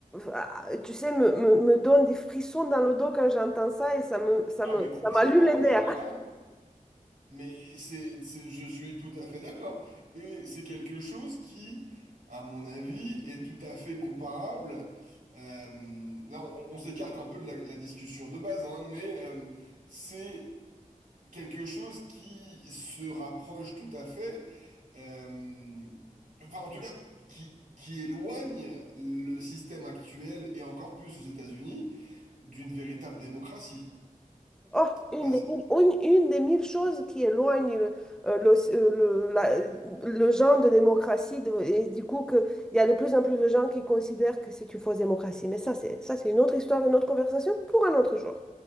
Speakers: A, in the centre; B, on the right.
A: ah, tu sais, me, me, me donne des frissons dans le dos quand j'entends ça et ça me, ça
B: Ah
A: me,
B: mais complètement,
A: ça m'allume les nerfs.
B: mais alors là, mais c'est, c'est- je suis tout à fait d'accord. Et c'est quelque chose qui, à mon avis, est tout à fait comparable. euh, là, on, on s'écarte un peu de la, de la discussion de base, hein, mais euh, c'est quelque chose qui se rapproche tout à fait. euh, Enfin, en tout cas, qui, qui éloigne le système actuel et encore plus aux États-Unis d'une véritable démocratie.
A: Oh, une
B: Parce...
A: des mille, une, une des mille choses qui éloigne le, euh, le, euh, le, la- le genre de démocratie de- et du coup que il y a de plus en plus de gens qui considèrent que c'est une fausse démocratie. Mais ça, c'est ça, c'est une autre histoire, une autre conversation pour un autre jour.